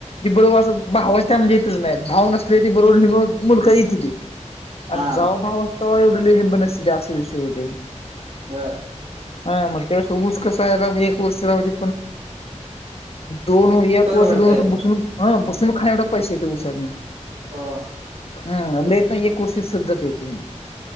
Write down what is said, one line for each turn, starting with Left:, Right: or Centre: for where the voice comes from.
Left: बरोबर असं भावाच टायमाला येतच नाही. भाव नसले ते बरोबर मुलकाच येतती
Right: हा
Left: आणि जवा भाव असतो तवा एवढ <unintelligible> असा विषय होतोय
Right: बरं
Left: हा मग ते ऊस कसाय एक वर्षा मध्ये दोन एक
Right: परवडतय
Left: दोन वर्ष
Right: पण
Left: बसून हा बसून खाण्या एवढा पैसा येतो उसातून
Right: हा
Left: हम्अल् एक वर्ष शद्धकती